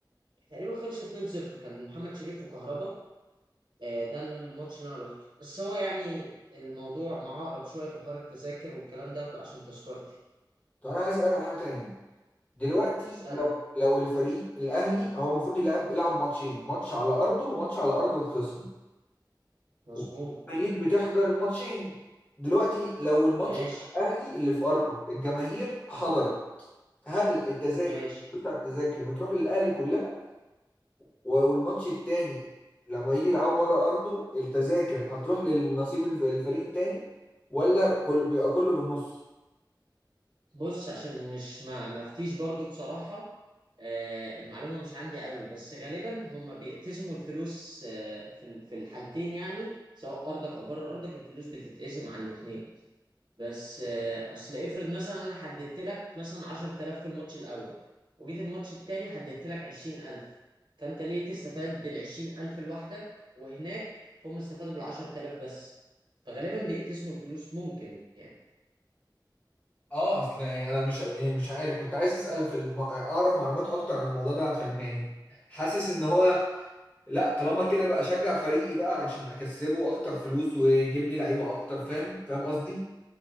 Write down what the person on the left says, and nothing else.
طب انا عايز اسالك على حاجه تاني دلوقتي
لو لو الفريق الاهلي هو المفروض يلعب يلعب ماتشين ماتش على ارضه وماتش على ارض الخصم
والجماهير بتحضر الماتشين دلوقتي لو الماتش
بتاع الاهلي اللي في ارضه الجماهير حضرت هل التذاكر
بتاع التذاكر بتروح للاهلي كلها و- والماتش التاني لما يجي يلعب بره ارضه التذاكر هتروح للنصيب الف- الفريق التاني ولا كل بيبقى كله بالنص
اه اصل يعني انا مش يعني مش عارف كنت عايز اسال في الم... اعرف معلومات اكتر عن الموضوع ده عشان يعني حاسس ان هو لا طالما كده بقى اشجع فريقي بقى عشان اكسبه اكتر فلوس ويجيب لي لعيبه اكتر فاهم فاهم قصدي